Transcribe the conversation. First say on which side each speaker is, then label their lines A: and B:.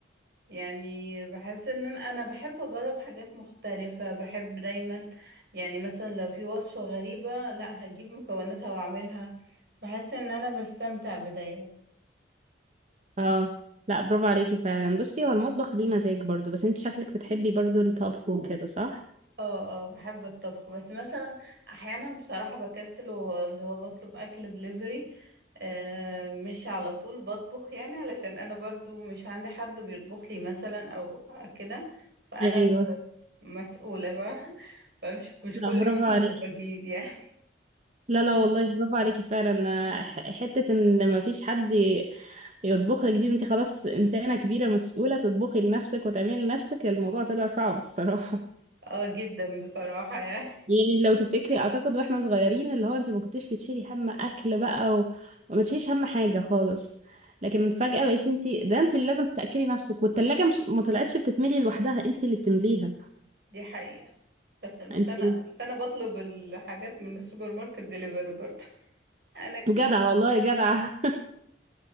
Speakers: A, on the right; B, on the right.
A: يعني بحس ان انا أنا بحب اجرب حاجات مختلفة بحب دايما يعني مثلا لو في وصفة غريبة لا هجيب مكوناتها واعملها بحس ان انا بستمتع بداية
B: اه لا برافو عليكي فعلا بصي هو المطبخ ليه مزاج برضو بس انت شكلك بتحبي برضو الطبخ وكده صح؟
A: اه اه بحب الطبخ بس مثلا احيانا بصراحة بكسل واللي هو بطلب اكل دليفري آه مش على طول بطبخ يعني علشان انا برضو مش عندي حد بيطبخ لي مثلا او كده فانا
B: ايوه
A: اللي مسؤولة بقى <laughs> فمش مش
B: لا
A: كل
B: برافو
A: يوم
B: عليكي.
A: بطبخ اكيد يعني
B: لا لا والله برافو عليكي فعلا ح- حتة ان ما فيش حد ي- يطبخ لك دي انت خلاص انسانة كبيرة مسؤولة تطبخي لنفسك وتعملي لنفسك الموضوع طلع صعب الصراحة
A: اه جدا بصراحة يعني
B: <laughs> يعني لو تفتكري اعتقد واحنا صغيرين اللي هو انت ما كنتيش بتشيلي هم اكل بقى و- وما تشيليش هم حاجة خالص لكن فجأة بقيتي انت ده انت اللي لازم تأكلي نفسك والتلاجة مش ما طلعتش بتتملي لوحدها انت اللي بتمليها
A: دي حقيقة بس بس
B: انت
A: انا
B: ال-
A: بس انا بطلب الحاجات من السوبر ماركت دليفري برضو <laughs> انا
B: جدعة والله جدعة